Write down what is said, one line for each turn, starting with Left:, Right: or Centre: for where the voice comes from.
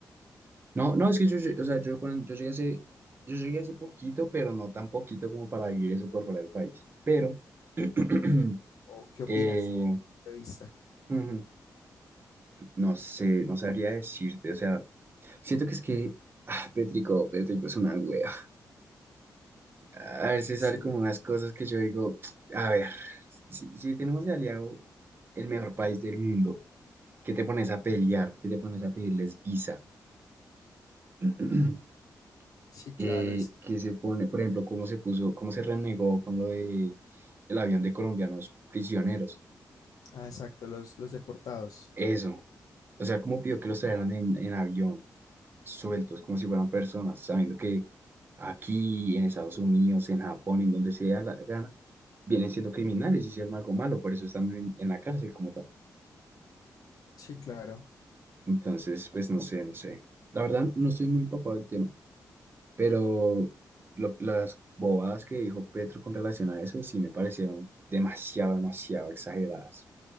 Right: No, no, es que yo, yo- o sea, yo cuando yo llegué hace, yo llegué hace poquito, pero no tan poquito como para vivir eso por fuera del país. Pero, <clears throat>
Left: Ok. ¿O qué opinas
Right: eh,
Left: de mi punto de vista?
Right: Ujú. no sé, no sabría decirte, o sea, siento que es que, ah, Pétrico, Pétrico es una wea. A veces
Left: Sí,
Right: sale como unas cosas que yo digo, <tsk> a ver, si, si tenemos de aliado el mejor país del mundo, ¿qué te pones a pelear? ¿Qué te pones a pedirles visa? <clears throat>
Left: sí, claro.
Right: eh,
Left: es-
Right: que se pone, por ejemplo, cómo se puso, cómo se renegó con lo de el avión de colombianos prisioneros.
Left: Ah, exacto, los, los deportados.
Right: Eso. O sea, cómo pidió que los trajeran en, en avión, sueltos, como si fueran personas, sabiendo que aquí, en Estados Unidos, en Japón, en donde sea la gana, vienen siendo criminales, hicieron algo malo, por eso están en, en la cárcel como tal.
Left: Sí, claro.
Right: Entonces, pues no sé, no sé. La verdad, no estoy muy empapado del tema, pero lo- las bobadas que dijo Petro con relación a eso sí me parecieron demasiado, demasiado exageradas.